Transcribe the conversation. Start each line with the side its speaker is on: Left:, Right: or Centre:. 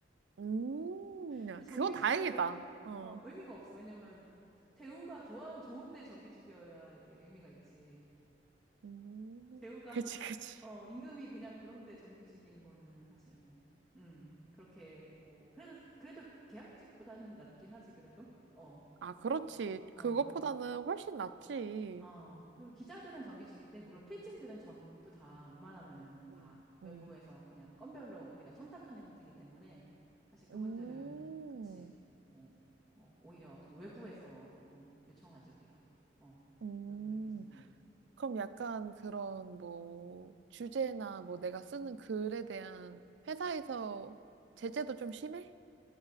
Right: 음, 야,
Centre: 근데 정규직이어도
Right: 그건 다행이다. 어.
Centre: 어, 의미가 없어. 왜냐면 대우가 좋아 좋은데 정규직이어야 이게 의미가 있지.
Right: 음,
Centre: 대우가
Right: 그지, 그지.
Centre: 어, 임금이 그냥 그런데 정규직인 거는 사실 뭐 음, 그렇게 뭐 그래도 그래도 계약직보다는 낫긴 하지 그래도. 어.
Right: 아, 그렇지.
Centre: 어.
Right: 그것보다는 훨씬 낫지.
Centre: 어, 그리고 기자들은 정규직인데, 물론 필진들은 전부 다 웬만하면은 다
Right: 음.
Centre: 외부에서
Right: 음.
Centre: 그냥 건별로 우리가 청탁하는 형태이기 때문에, 사실 그분들은,
Right: 음.
Centre: 그치, 뭐, 어, 오히려 좀 외부에서 보통 요청하지, 우리가. 어,
Right: 음.
Centre: 외부에 계신 분들은.
Right: 그럼 약간 그런 뭐 주제나 뭐 내가 쓰는 글에 대한 회사에서 제재도 좀 심해?